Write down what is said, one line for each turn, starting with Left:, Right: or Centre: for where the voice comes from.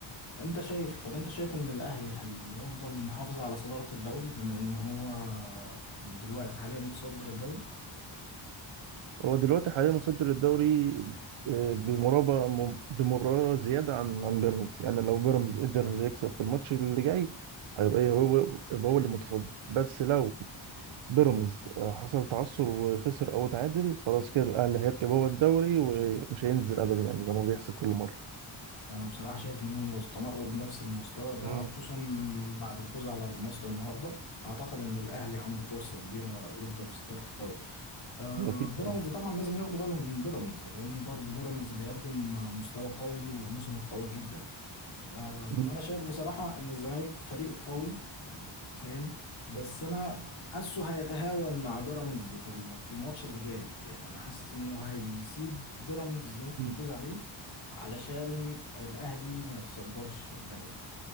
Left: شايف طب انت شايف ان الاهلي هيفضل محافظ على صداره الدوري بما ان هو دلوقتي حاليا متصدر الدوري
Right: هو دلوقتي حاليا متصدر الدوري آه، بمرابع بمباراة زيادة عن عن بيراميدز يعني لو بيراميدز قدر يكسب في الماتش اللي جاي هيبقى ايه هو يبقى هو اللي متصدر بس لو بيراميدز آه، حصل تعثر وخسر او اتعادل خلاص كده الاهلي هيركب هو الدوري ومش هينزل ابدا يعني زي ما بيحصل كل مرة
Left: انا بصراحه شايف انهم لو استمروا بنفس المستوى ده
Right: مم.
Left: خصوصا بعد الفوز على مصر النهارده اعتقد ان الاهلي عنده فرصه كبيره يفضل في صداره الدوري آه
Right: أكيد
Left: بيراميدز
Right: آه.
Left: طبعا لازم ياخدوا بالهم من بيراميدز لانه برضه بيراميدز بيقدم مستوى قوي وموسم قوي جدا آه، وانا
Right: مم.
Left: شايف بصراحة ان الزمالك فريق قوي فاهم بس انا حاسه هيتهاون مع بيراميدز في ال- في الماتش اللي جاي يعني انا حاسس انه هيسيب بيراميدز ممكن
Right: مم.
Left: يفوز عليه علشان الاهلي ما يتصدرش الدوري